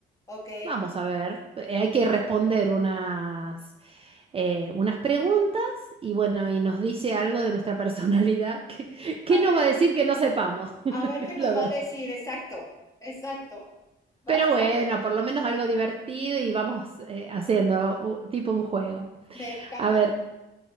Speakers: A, on the left; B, on the right.
A: Ok.
B: Vamos a ver, eh, hay que responder unas... eh, unas preguntas y bueno, y nos dice algo de nuestra personalidad. <laughs> que qué
A: A
B: nos
A: ver,
B: va a decir que no sepamos,
A: a
B: <laughs>
A: ver qué nos
B: la verdad?
A: va a decir. Exacto. Exacto. Vamos
B: Pero bueno,
A: a ver.
B: por lo menos algo divertido y vamos eh, haciendo u- tipo un juego.
A: Me encanta.
B: A ver,